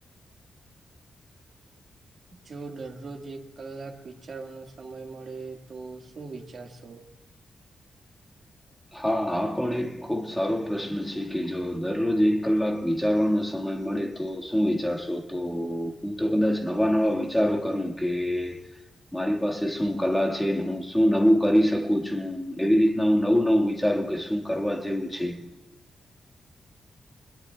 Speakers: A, on the right (about 55°); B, in the centre.
A: જો દરરોજ એક કલાક વિચારવાનો સમય મળે તો શું વિચારશો?
B: હા આ પણ એક ખૂબ સારો પ્રશ્ન છે કે જો દરરોજ એક કલાક વિચારવાનો સમય મળે તો શું વિચારશો તો હું તો કદાચ નવા નવા વિચારો કરું કે મારી પાસે શું કલા છે હું શું નવું કરી શકું છું એવી રીતના હું નવું નવું વિચારું કે શું કરવા જેવું છે